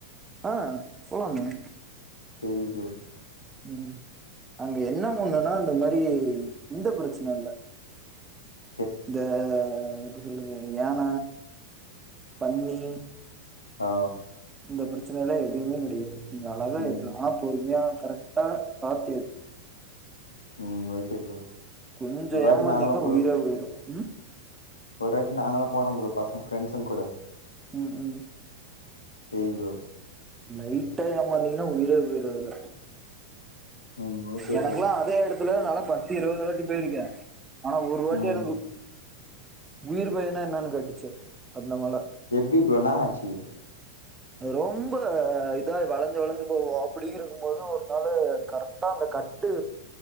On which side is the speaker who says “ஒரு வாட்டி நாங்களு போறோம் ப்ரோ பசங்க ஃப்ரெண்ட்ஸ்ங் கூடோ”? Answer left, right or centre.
Left